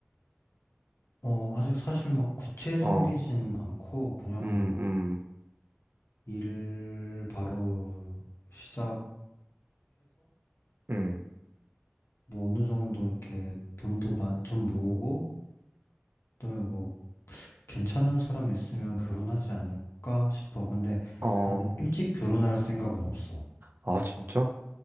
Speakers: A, on the left (about 65°); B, on the right (about 50°).
A: 어, 아직 사실 막 구체적이진
B: 어,
A: 않고, 그냥
B: 음,
A: 뭐,
B: 음,
A: 일 바로 시작해서,
B: 음.
A: 뭐 어느 정도 이렇게 돈도 마- 좀 모으고, 그다음에 뭐, 괜찮은 사람 있으면 결혼하지 않을까 싶어. 근데
B: 어,
A: 나는 일찍 결혼할 생각은 없어.
B: 아, 진짜?